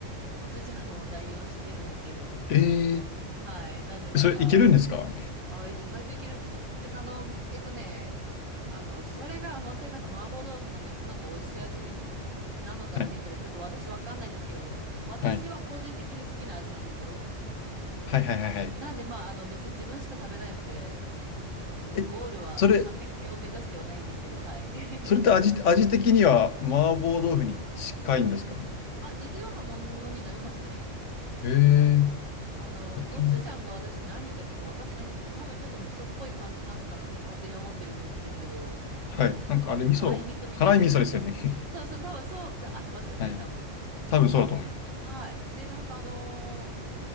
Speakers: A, on the right; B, on the left.
A: コチュジャンを代用してるんですけど、
B: えー、
A: はい。なんで、なんか、
B: それいけるんですかは
A: あ、意外といけるんですよ。てか、あの、えっとね、あの、それが本当になんか麻婆豆腐のめっちゃなんか美味しい味に、なのかって言ったらちょっと私わかんないんですけど、
B: い。
A: 私は個人的に好きな味なんですよ。
B: はい。はいはいはいはい。
A: なんで、まあ、あの、別に自分しか食べないので、そのゴールは完璧を目指してはないんですけど、
B: え、それ、
A: はい。<laughs>
B: それって味、味的には麻婆豆腐に近いんですか
A: あ、似たようなものになりますね。
B: へえ、
A: あの、
B: やってみよう。
A: コチュジャンが私何かちょっと分かってないんですけど、多分ちょっと味噌っぽい感じなのかなって勝手に思ってるんですけど、味噌、
B: はい。なんかあれ、味噌、
A: 辛い味噌みたいな感じ。
B: 辛い味噌ですよね。
A: そうそう、多分そう、だ合ってますよね、
B: <laughs> はい。
A: 多分。
B: 多分そうだと思います。
A: はい。で、なんかあの